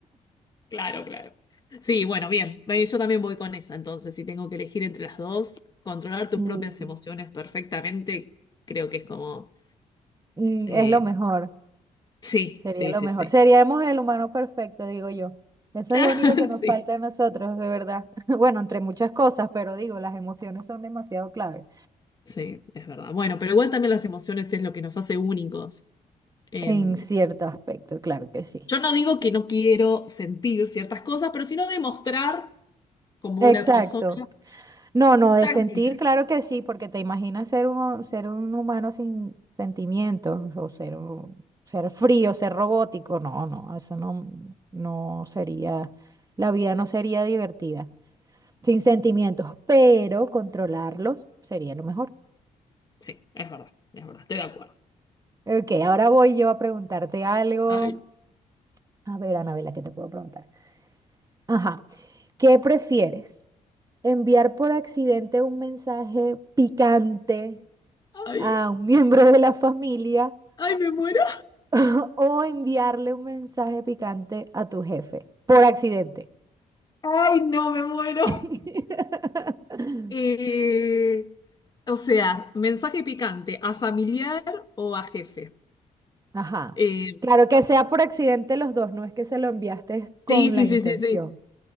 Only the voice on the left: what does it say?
Claro, claro. Sí, bueno, bien. Ve, Yo también voy con esa, entonces, si tengo que elegir entre las dos, controlar tus
propias emociones perfectamente, creo que es como...
eh,
sí,
sí,
sí,
sí.
<laughs>
Sí,
sí, es verdad. Bueno, pero igual también las emociones es lo que nos hace únicos. Em,
yo no digo que no quiero sentir ciertas cosas, pero sino demostrar como
una persona
mm,
tranquila.
Sí, es verdad, es verdad, estoy de acuerdo.
Ay,
ay,
ay, me muero.
Ay, no, me muero.
Eh, o sea, mensaje picante, ¿a familiar o a jefe?
Eh,
sí, sí,
sí, sí, sí.